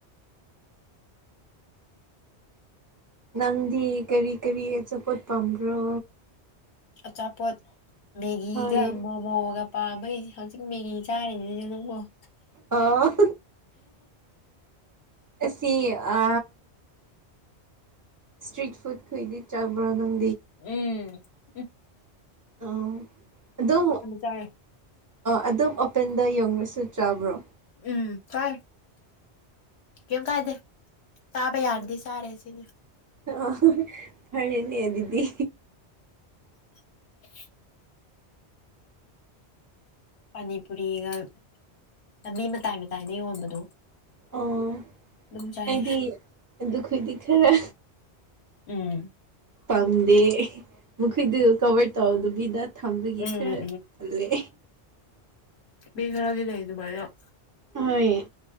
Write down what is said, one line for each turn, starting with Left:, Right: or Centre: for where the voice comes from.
Right: ꯅꯪꯗꯤ ꯀꯔꯤ ꯀꯔꯤ ꯑꯆꯥꯄꯣꯠ ꯄꯥꯝꯕ꯭ꯔꯣ
Left: ꯑ ꯆꯆꯥꯄꯣꯠ ꯃꯦꯒꯒ
Right: ꯍꯣꯏ
Left: ꯃꯣꯃꯣꯒ ꯄꯥꯝꯕꯩ ꯍꯧꯖꯤꯛ ꯃꯦꯒꯤ ꯆꯥꯔꯤꯅꯤ ꯑꯗꯨꯝ ꯑꯣ
Right: ꯑꯣ ꯑꯁꯤꯁꯤ ꯑ ꯏꯁꯇ꯭ꯔꯤꯠ ꯐꯨꯗ ꯈꯣꯏꯗꯤ ꯆꯥꯕ꯭ꯔꯥ ꯅꯪ
Left: ꯎꯝ ꯎ
Right: ꯑ ꯑꯗꯨꯝ
Left: ꯆꯥꯏ
Right: ꯑꯗꯨꯝ ꯑꯣꯄꯦꯟꯗ ꯌꯧꯕꯁꯨ ꯆꯥꯕ꯭ꯔꯣ
Left: ꯎꯝ ꯀꯥꯏ ꯀꯝ ꯀꯥꯏꯗꯦ ꯇꯥꯕ
Right: ꯑꯣ
Left: ꯌꯥꯔꯗꯤ ꯁꯔꯦ ꯁꯤꯅꯦ
Right: ꯑ ꯐꯔꯅꯦꯗꯤ
Left: <inaudible> ꯄꯅꯤꯄꯨꯔꯤꯒ ꯂꯝꯕꯤ ꯃꯇꯥꯏ ꯃꯇꯥꯏꯅ ꯌꯣꯟꯕꯗꯣ
Right: ꯑꯣ
Left: ꯑꯗꯨꯝ ꯆꯥꯏ
Right: ꯑꯩꯗꯤ ꯑꯗꯨꯈꯗꯤ ꯈꯔ
Left: ꯎꯝ
Right: ꯄꯥꯝꯗꯦ ꯃꯈꯣꯏꯗꯨ ꯀꯕꯔ ꯇꯧꯗꯕꯤꯗ ꯊꯝꯕꯒꯤ
Left: ꯎꯝ
Right: ꯈꯔ ꯇꯜꯂꯦ
Left: ꯃꯘꯔꯗꯤ ꯂꯩ ꯏ ꯑꯗꯨ ꯃꯥꯌꯥꯝ
Right: ꯍꯣꯏ